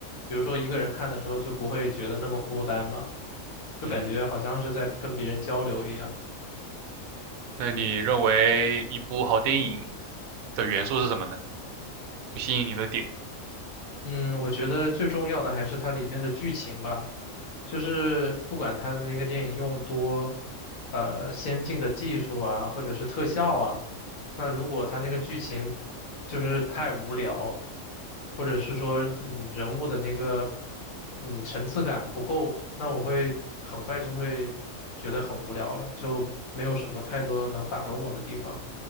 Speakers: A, on the left; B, on the right.
A: 比如说一个人看的时候就不会觉得那么孤单嘛。就感觉好像是在跟别人交流一样。
B: 嗯，那你认为一部好电影的元素是什么呢？就吸引你的点。
A: 嗯，我觉得最重要的还是它里面的剧情吧，就是不管它的那个电影用多，呃，先进的技术啊，或者是特效啊，那如果它那个剧情就是太无聊，或者是说嗯人物的那个嗯层次感不够，那我会很快就会觉得很无聊了，就没有什么太多能打动我的地方。